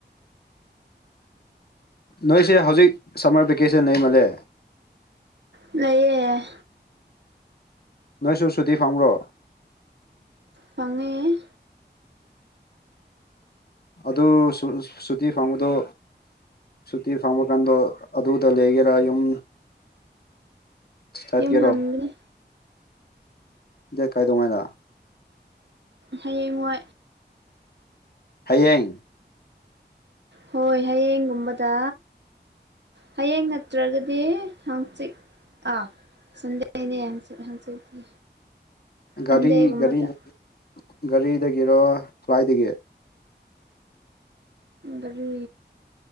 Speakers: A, on the left; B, on the right.
A: ꯅꯣꯏꯁꯦ ꯍꯧꯖꯤꯛ ꯁꯝꯃꯔ ꯚꯦꯀꯦꯁꯟ ꯂꯩꯃꯜꯂꯦ
B: ꯂꯩꯌꯦ
A: ꯅꯣꯏꯁꯨ ꯁꯨꯇꯤ ꯐꯪꯕ꯭ꯔꯣ
B: ꯐꯪꯉꯦ
A: ꯑꯗꯨ ꯁꯨꯇꯤ ꯐꯪꯕꯗꯣ ꯁꯨꯇꯤ ꯐꯪꯕ ꯀꯥꯟꯗꯣ ꯑꯗꯨꯗ ꯂꯩꯒꯦꯔꯥ ꯌꯨꯝ ꯆꯠꯀꯦꯔꯣ
B: ꯌꯨꯝ ꯍꯟꯒꯅꯤ
A: ꯗꯦꯠ ꯀꯩꯗꯧꯉꯩꯗ
B: ꯍꯌꯦꯡ ꯋꯥꯏ
A: ꯍꯌꯦꯡ
B: ꯍꯣꯏ ꯍꯌꯦꯡꯒꯨꯝꯕꯗ ꯍꯌꯦꯡ ꯅꯠꯇ꯭ꯔꯒꯗꯤ ꯍꯪꯆꯤꯠ ꯑꯥ ꯁꯟꯗꯦꯅꯦ ꯍꯟꯆꯤꯠ ꯍꯪꯆꯤꯠꯇꯤ
A: ꯒꯥꯔꯤ
B: ꯃꯟꯗꯦꯒꯨꯝꯕꯗ
A: ꯒꯥꯔꯤ ꯒꯥꯔꯤꯗꯒꯤꯔꯣ ꯀꯥꯏꯗꯒꯤ
B: ꯒꯥꯔꯤ